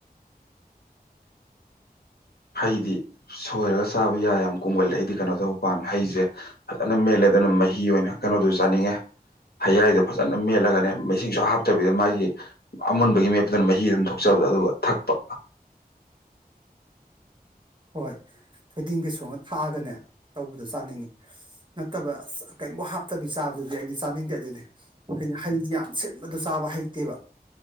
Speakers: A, on the left; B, on the right.
A: ꯍꯩꯗꯤ ꯁꯣꯏꯔꯒ ꯆꯥꯕ ꯌꯥꯏ ꯌꯥꯝ ꯀꯨꯡꯒꯜꯗ ꯑꯩꯗꯤ ꯀꯩꯅꯣ ꯇꯧꯕ ꯄꯥꯝꯃꯦ ꯍꯩꯁꯦ ꯐꯖꯅ ꯃꯦꯂꯦ ꯑꯗꯨꯅ ꯃꯍꯤ ꯑꯣꯏꯅ ꯀꯩꯅꯣꯗꯨ ꯆꯥꯅꯤꯡꯉꯦ ꯍꯌꯥꯏꯗꯣ ꯐꯖꯅ ꯃꯦꯠꯂꯒꯅꯤ ꯁꯤꯡ ꯍꯥꯞꯇꯕꯤꯗ ꯃꯥꯒꯤ ꯑꯃꯨꯟꯕꯒꯤ ꯃꯦꯞꯇꯨꯅ ꯃꯍꯤ ꯑꯗꯨꯝ ꯊꯣꯛ ꯆꯠꯂꯦ ꯑꯗꯨꯒ ꯊꯛꯄ
B: ꯍꯣꯏ ꯊꯣꯏꯗꯤꯡ ꯀꯩ ꯁꯣꯉ ꯊꯥꯛꯑꯒꯅꯦ ꯇꯧꯕꯗꯣ ꯆꯥꯅꯤꯡꯉꯤ ꯅꯠꯇꯕ ꯀꯩꯝꯃꯧ ꯍꯥꯞꯇꯕꯤ ꯆꯥꯕꯗꯨꯗꯤ ꯑꯩꯗꯤ ꯆꯥꯅꯤꯡꯗꯦ ꯑꯗꯨꯗꯤ ꯑꯩꯅ ꯍꯩ ꯌꯥꯝ ꯁꯤꯟꯕꯗꯣ ꯆꯥꯕ ꯍꯩꯇꯦꯕ